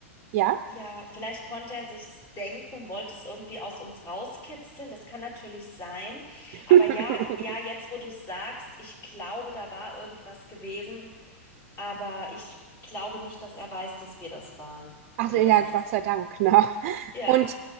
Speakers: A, on the right; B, on the left.
A: ja?
B: ja, vielleicht konnte er sich's denken und wollte es irgendwie aus uns rauskitzeln. Das kann natürlich sein.
A: <laughs>
B: Aber ja, ja, jetzt wo du es sagst, ich glaube, da war irgendwas gewesen, aber ich glaube nicht, dass er weiß, dass wir das waren
A: Also
B: oder
A: ja,
B: dass ich
A: Gott sei Dank, ne?
B: ja.
A: Und